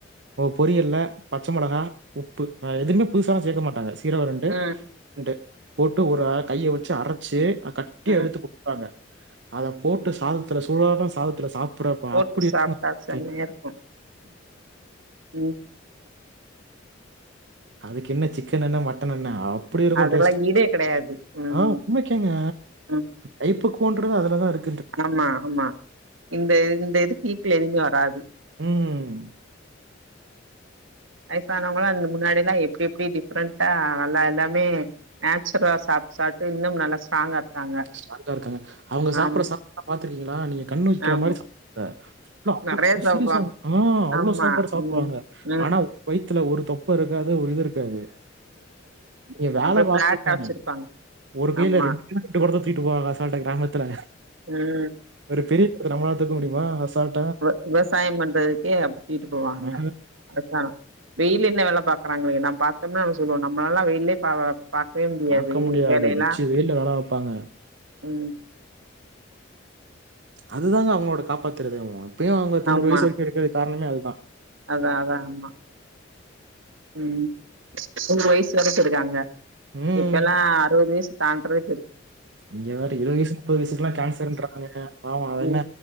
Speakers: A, on the right; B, on the right.
A: பொரிகல்ல பச்சமொளகா உப்பு வேற எதுமே புதுசாலா சேக்க மாட்டாங்க சீரகோ ரெண்டு
B: ம்
A: <inaudible> ரெண்டு போட்டு ஒரு கைய வச்சு அரச்சு கட்டியா
B: ம்
A: எடுத்து பாங்க அத போட்டு சாதத்துல சூடான சாதத்துல சாப் ப்பட ப
B: போட்டு
A: அப்டி இருக்கு
B: சாப்ட்டா செம்மையா இருக்கு ம்
A: அதுக்கென்ன சிக்கன் என்ன மட்டன் என்ன அப்டி இருக்கு
B: அதுக்கெல்லா
A: டேஸ்ட்
B: ஈடே கெடையாது ம்
A: அ உண்மைக்கேங்க
B: ம்
A: கைப்பக்கும்வம்கிறது அதுல தா இருக்
B: ஆமா ஆமா இந்த இந்த இது இதுக் ஈக்குவல் எதுமே வராது
A: ம்
B: வயசானவங்களா முன்னாடி எல்லா எப்டி எப்டி டிஃப்ரெண்ட்டா நல்லா எல்லாமே நேச்சுரலா சாப்ட்டு சாப்ட்டு இன்னும் நல்லா ஸ்ட்ராங்கா இருக்காங்க
A: ஸ்டராங்கா இருக்காங்க அவுங்க சாப்பட்ற
B: ஆமா
A: சாப்பாட பாத்துருக்கீங்களா நீங்க கண்ணு வக்கிற
B: ஆமா
A: மாரி ச <inaudible> ஃபுல்லா அவ்ளோ
B: நெறைய சாப்டுவாங்க
A: சீரியஸ்ஸாங் ஆள் அவ்ளோ
B: ஆமா
A: சாப்பாடு சாப்டுவாங்க
B: ம் ம்
A: ஆனா வயித்தில ஒரு தொப்ப இருக்காது ஒரு இது இருக்காது நீங்க வேல
B: அப்டியே
A: பாக்கணுமே
B: ஃபிளாட்டா வச்சிருப்பாங்க
A: ஒரு கைல
B: ஆமா
A: ரெண்டு கொடத்த தூக்கிட்டு போவாங்க அசால்டா கிராமத்துல
B: ம்
A: ஒரு பெரிய கொ <inaudible> நம்மளால தூக்க முடியுமா அசால்
B: ப விவசாயம் பண்றதுக்கே அப்டி தூக்கிட்டு போவாங்க
A: ஆ
B: அரசானோ வெயில் என்ன வேல பாக்குறாங்களே நா பாத்தோம்னா நம்ம சொல்லுவோ நம்மலால்லா வெயில்லயே பா வ பாக்கவே முடியாது
A: பாக்க
B: வேலேயெல்லா
A: உச்சி வெயில்ல வேல பாப்பாங்க.
B: ம்
A: அதுதாங்க அவுங்களோட காப்பாத்துறதேவு இப்பேயு அவுங்க தொண்ணூறு
B: ஆமா
A: வயசு வரைக்கு இருக் க்குறதுக்கு காரணமே அதுதா
B: அதா அதா ஆமா ம் நூறு வயசு வரைக்கு இருக்காங்க
A: ம்.
B: இப்பெல்லா அறுவது வயசு தான்றது
A: நீங்க வேற இருவது வயசு முப்பது வயசுக்கெல்லா கேன்சர்ன்றாங்க பாவோ அது
B: ம்
A: என்ன